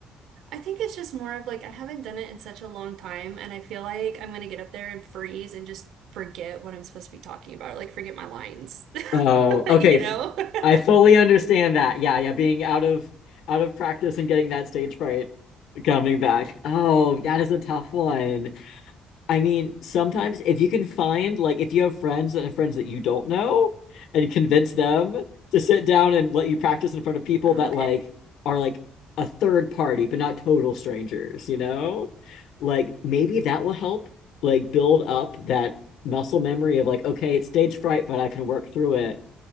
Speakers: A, on the right; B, on the left.
A: I think it's just more of like I haven't done it in such a long time, and I feel like I'm gonna get up there and freeze and just forget what I'm supposed to be talking about, like forget my lines,
B: Oh,
A: <laughs>
B: okay.
A: you
B: f-
A: know?
B: I fully
A: <laughs>
B: understand that. Yeah, yeah, being out of out of practice and getting that stage fright coming back. Oh, that is a tough one. I mean, sometimes if you can find like if you have friends and friends that you don't know and convince them to sit down and let you practice in front of people
A: Okay.
B: that like are like a third party but not total strangers, you know? Like maybe that will help like build up that muscle memory of like okay, it's stage fright, but I can work through it